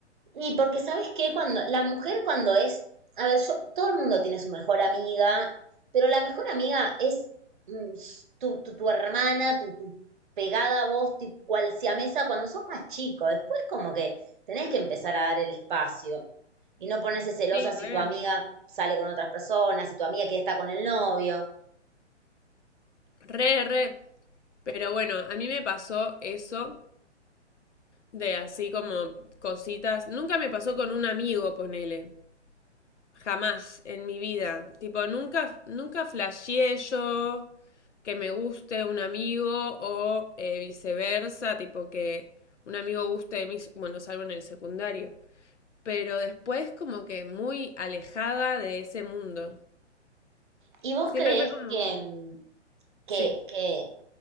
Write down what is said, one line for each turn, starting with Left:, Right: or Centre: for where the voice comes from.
Right: Y porque sabes que cuando la mujer cuando es, a ver, yo, todo el mundo tiene su mejor amiga, pero la mejor amiga es mm, tu, tu, tu hermana, tu, tu pegada a vos, tipo, cual siamesa, cuando sos más chico. Después como que tenés que empezar a dar el espacio y no ponerse celosa
Left: Sí,
Right: si
Left: re.
Right: tu amiga sale con otras personas, si tu amiga que está con el novio.
Left: Re, re. Pero bueno, a mí me pasó eso de así como cositas. Nunca me pasó con un amigo, ponele. Jamás en mi vida. Tipo, nunca, nunca flasheé yo que me guste un amigo o eh, viceversa, tipo que un amigo guste de mí, bueno, salvo en el secundario. Pero después como que muy alejada de ese mundo.
Right: ¿Y vos
Left: Siempre
Right: crees
Left: fue como...
Right: que, mm, que,
Left: Sí.
Right: que